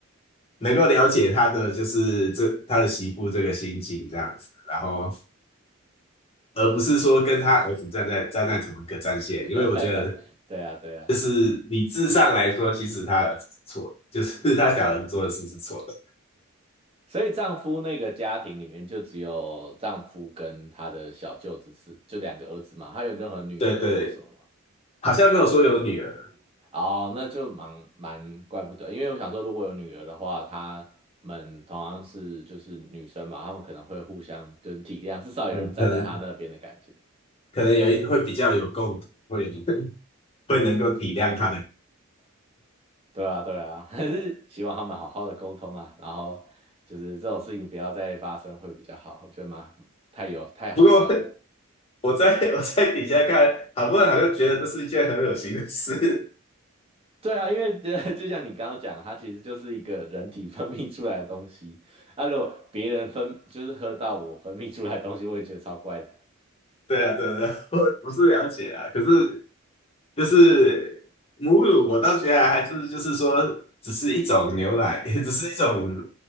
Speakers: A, on the left; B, on the right.
A: 能够了解他的就是这他的媳妇这个心情这样子，然后而不是说跟他儿子站在站在同一个战线，因为我觉得。
B: <laughs> 对啊，对啊。
A: 就是理智上来说，其实他儿子是错的，就是他小人做的事是错的。
B: 所以丈夫那个家庭里面就只有丈夫跟他的小舅子是就两个儿子嘛，他有任何女儿或什么吗？
A: 对对对，好像没有说有女儿，
B: 哦，那就蛮蛮怪不得，因为我想说，如果有女儿的话，她们同样是就是女生嘛，她们可能会互相就是体谅，至少有人站在她那边的感觉。
A: 嗯，可能可能有一会比较有共鸣，会 <laughs> 会能够体谅他的。
B: 对啊，对啊，<laughs> 还是希望他们好好的沟通啊，然后就是这种事情不要再发生会比较好，我觉得蛮太有太好笑了。
A: 不过我在我在底下看，好多人好像觉得这是一件很恶心的事。
B: 对啊，因为 <laughs> 就像你刚刚讲，它其实就是一个人体分泌出来的东西，啊，如果别人分就是喝到我分泌出来的东西，我也觉得超怪的。
A: <laughs> 对啊，对啊对啊，我不是了解啊，可是就是母乳，我倒觉得还是就是说，只是一种牛奶，<laughs> 只是一种